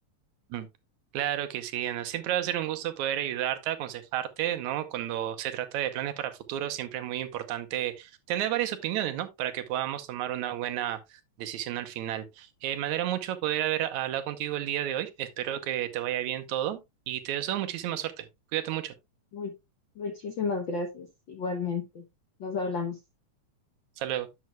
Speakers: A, on the right; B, on the left.
A: Mm, Claro que sí, Ana. Siempre va a ser un gusto poder ayudarte, aconsejarte, ¿no? Cuando se trata de planes para futuro, siempre es muy importante tener varias opiniones, ¿no? Para que podamos tomar una buena decisión al final. Eh, me alegra mucho poder haber hablado contigo el día de hoy. Espero que te vaya bien todo y te deseo muchísima suerte. Cuídate mucho.
B: Mu- muchísimas gracias, igualmente. Nos hablamos.
A: Hasta luego.